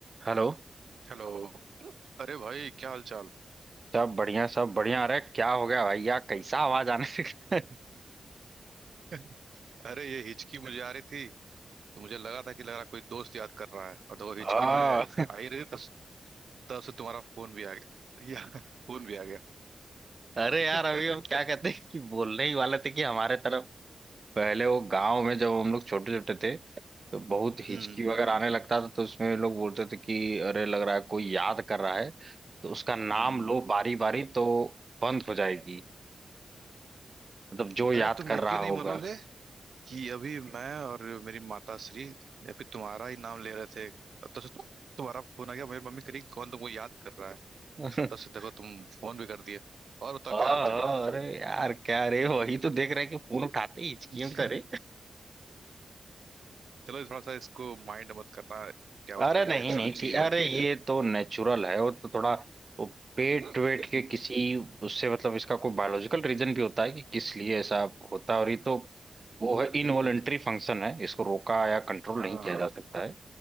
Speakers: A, on the right; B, on the right.
A: हेलो
B: Hello अरे भाई क्या हाल चाल
A: सब बढ़िया सब बढ़िया अरे क्या हो गया भैया कैसा आवाज आने लगा?
B: <laughs> अरे ये हिचकी मुझे आ रही थी तो मुझे लगा था कि लग रहा कोई दोस्त याद कर रहा है और देखो हिचकी
A: हाँ
B: में आ ही रही तब तब से तुम्हारा फोन भी आ गया <laughs> या फोन भी आ गया
A: अरे
B: <laughs>
A: यार अभी हम क्या कहते हैं कि बोलने ही वाले थे कि हमारे तरफ पहले वो गांव में जब हम लोग छोटे छोटे थे तो बहुत हिचकी
B: हम्म
A: वगैरह आने लगता था तो उसमें लोग बोलते थे कि अरे लग रहा है कोई याद कर रहा है तो उसका नाम
B: हम्म
A: लो बारी बारी तो बंद हो जाएगी मतलब जो याद
B: अरे तुम
A: कर
B: यकीन
A: रहा होगा
B: नहीं मानोगे कि अभी मैं और मेरी माता श्री या फिर तुम्हारा ही नाम ले रहे थे और तब से तुम तुम्हारा फोन आ गया मेरी मम्मी कह रही कौन तुमको याद कर रहा है
A: <laughs>
B: और तब से देखो तुम फोन भी कर दिए और बताओ
A: हाँ
B: क्या हाल चाल
A: हाँ, अरे यार क्या रे वही तो देख रहे हैं कि फोन उठाते ही हिचकियों
B: <laughs>
A: करे
B: चलो थोड़ा सा इसको माइंड मत करना क्या होता
A: अरे
B: है
A: नहीं
B: नेचुरल
A: नहीं ठीक
B: चीज
A: अरे
B: है
A: ये तो नेचुरल है वो तो थोड़ा वो पेट
B: <laughs>
A: वेट के किसी उससे मतलब इसका कोई बायोलॉजिकल रीजन भी होता है कि किस लिए ऐसा होता है और ये तो वो है इनवॉलेंट्री फंक्शन है इसको रोका या कंट्रोल
B: हाँ
A: नहीं किया
B: हाँ,
A: जा सकता है